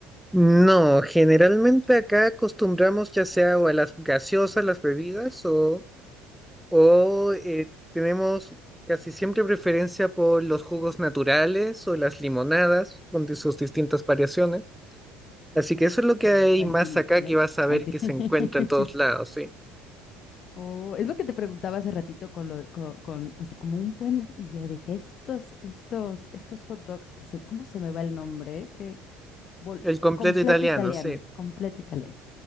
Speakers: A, in the centre; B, on the left.
A: No, generalmente acá acostumbramos ya sea o a las gaseosas, las bebidas, o, o eh, tenemos casi siempre preferencia por los jugos naturales o las limonadas con di- sus distintas variaciones. Así que eso es lo
B: como
A: que hay
B: el buen
A: más
B: vino
A: acá
B: chileno.
A: que vas a
B: Ay,
A: ver
B: sí.
A: que
B: <laughs>
A: se encuentra en todos lados, sí.
B: Oh, es lo que te preguntaba hace ratito con lo, con, con- así como un buen, y yo dije, estos, estos, estos hot dogs, que se, ¿cómo se me va el nombre? Que, bol-
A: El completo
B: completo
A: italiano,
B: italiano,
A: sí.
B: completo italiano.